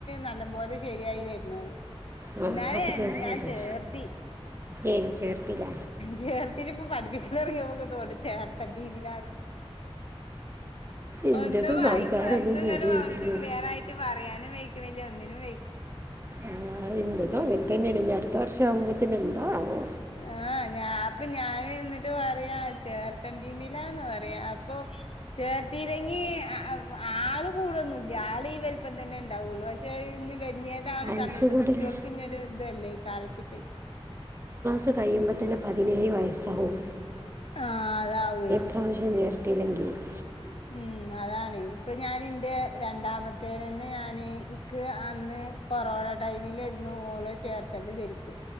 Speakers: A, on the left; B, on the right.
A: നല്ല പോലെ ശരിയായി വരുന്നുള്ളു
B: ആ
A: എന്നാലേ
B: അപ്പൊ ചേർത്തിരുന്നു
A: ഞാൻ ചേർത്തി
B: ഏയ് ചേർത്തില്ല
A: ചേർത്തിട്ട ഇപ്പ പഠിപ്പിക്കല ഇറങ്ങിയക്കതോടെ ചേർത്തന്റെ രീതിലാണ്
B: എൻ്റെതും
A: ഒന്നും വായിക്ക
B: സംസാരമൊന്നും
A: ഒന്നും ഇങ്ങനെ
B: ശരിയായിട്ടില്ല
A: അവ അവനക്ക് ക്ലിയർ ആയിട്ട് പറയാനും ഒന്നിനും വേ
B: ആഹ ഇതുംങ്ങനെ തന്നെയണ അടുത്ത വർഷ ആകുമ്പത്തനന്താണാവോ
A: ആ ഞാ അപ്പൊ ഞാന് എന്നിട്ട് പറയാൻ ചേർത്തണ്ടിലന്ന് പറയാ അപ്പൊ ചേർത്തില്ലെങ്കി ആള് കൂടുത ആള് ഈ വലപ്പം തന്നെ ഉണ്ടാവുള്ളൂ പക്ഷേ വലിയതാണ്
B: വയസ്സ്
A: സമയത്ത്
B: കൂടില്ലേ
A: കുട്ടികൾക്ക് ഇന്നൊരു ഇതല്ലേ കരച്ചിട്ട്
B: പത്ത്കഴിയുമ്പോ തന്നെ പതിനേഴ് വയസ്സാവും
A: ആഹ് അതാവേ
B: പ്രാവശ്യം ചർ <unintelligible>
A: ഉം അതാണ് ഇപ്പൊ ഞാാനിൻന്റ രണ്ടാമത്തെ മത്തേ തന്നെ ഞാൻ ഇക്ക് അന്ന് കൊറോണ ടൈമിലായിരുന്നു ഓള് ചേർത്തണ്ട് ശരിക്കും